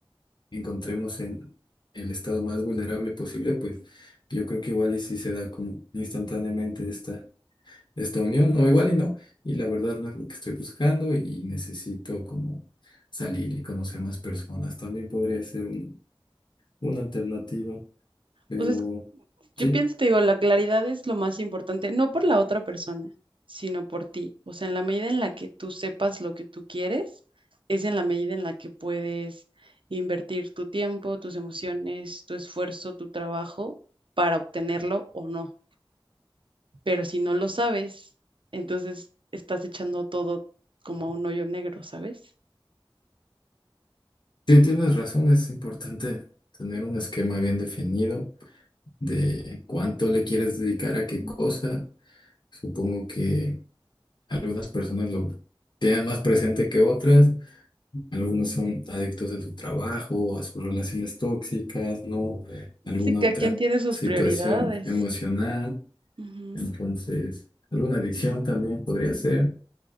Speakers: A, on the left; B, on the right.
A: encontremos en el estado más vulnerable posible, pues yo creo que igual y si se da como instantáneamente esta de esta unión, o igual y no, y la verdad no es lo que estoy buscando y necesito como salir y conocer más personas. También podría ser un- una alternativa, pero
B: O sea, Yo
A: sí,
B: pienso, te digo, la claridad es lo más importante, no por la otra persona, sino por ti. O sea, en la medida en la que tú sepas lo que tú quieres, es en la medida en la que puedes invertir tu tiempo, tus emociones, tu esfuerzo, tu trabajo para obtenerlo o no. Pero si no lo sabes, entonces estás echando todo como a un hoyo negro, ¿sabes?
A: sí tienes razón, es importante tener un esquema bien definido de cuánto le quieres dedicar a qué cosa. Supongo que algunas personas lo tienen más presente que otras Algunos son adictos a su trabajo, a sus relaciones tóxicas, ¿no? Alguna
B: Sí, cada
A: otra
B: quien tiene sus
A: situación
B: prioridades.
A: emocional.
B: Ujú.
A: Entonces, alguna adicción también podría ser.